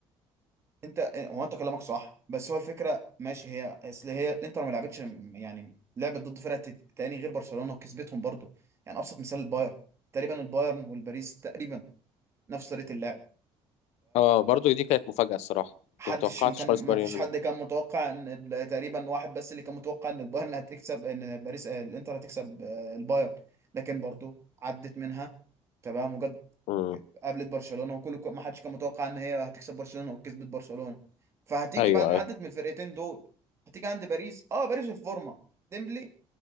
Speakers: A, on the right; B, on the left.
A: انت هو انت كلامك صح بس هو الفكرة ماشي هي اصل هي الانتر ما لعبتش يعني لعبت ضد فرقة تت- تاني غير برشلونة وكسبتهم برضو يعني ابسط مثال البايرن تقريبا البايرن والباريس تقريبا نفس طريقة اللعب
B: اه برضو دي كانت مفاجأة الصراحة
A: محدش
B: ما توقعتش
A: ما كان
B: خالص
A: ما
B: ماريانو
A: فيش حد
B: ده
A: كان متوقع ان ال- تقريبا واحد بس اللي كان متوقع ان البايرن هتكسب ان باريس آه، الانتر هتكسب آه، البايرن لكن برضو عدت منها تمام وجت
B: امم
A: قابلت برشلونة وكل ما حدش كان متوقع ان هي هتكسب برشلونة وكسبت برشلونة فهتيجي
B: ايوه
A: بعد ما
B: ايوه
A: عدت من الفرقتين دول هتيجي عند باريس اه باريس في الفورمة ديمبلي